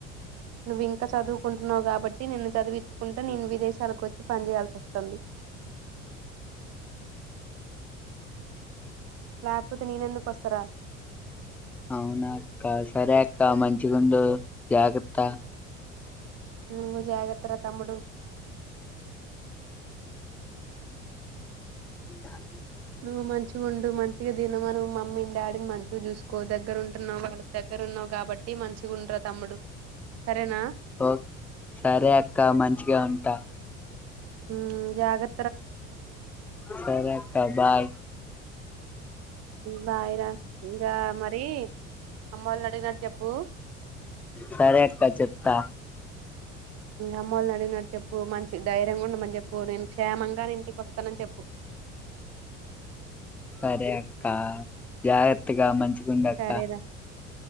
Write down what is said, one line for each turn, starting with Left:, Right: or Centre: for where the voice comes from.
Right: నువ్వు ఇంకా చదువుకుంటున్నావు కాబ ట్టి నిన్ను చదివించుకుంట నేను విదేశాలకు వచ్చి పని చేేయాల్సి వస్తుంది. లేకపోతే నేనెందుకు వస్తారా
Centre: అవునా అక్క సరే అక్క మంచిగుండు జాగ్రత్త.
Right: నువ్వు జాగ్రత్తరా తమ్ముడు.
Centre: <unintelligible>
Right: నువ్వు మంచిగా ఉండు మంచిగా తిను మనం మమ్మీని డాడీని మంచిగా చూసు కో దగ్గర ఉంటున్నావు వాళ్ళ దగ్గర ఉన్నావు కాబట్టి మంచిగా ఉండ్రా తమ్ముడు. సరేనా
Centre: ఓ సరే అక్క మంచిగా ఉంటా.
Right: హు జాగ్ర
Centre: సరే అక్క బాయ్
Right: బాయిరా ఇంకా మరి అమ్మ వాళ్ళు అడిగినటు చెప్పు
Centre: సరే అక్క చెప్తా
Right: అమ్మోలను అడిగినట్టు చెప్పు, మంచి ధైర్యంగా ఉండమని చెప్పు, నేను క్షేమంగానే ఇంటికి వస్తానని చెప్పు.
Centre: సరే అక్క జాగ్రత్తగా మంచిగా ఉండు అక్క
Right: సరేరా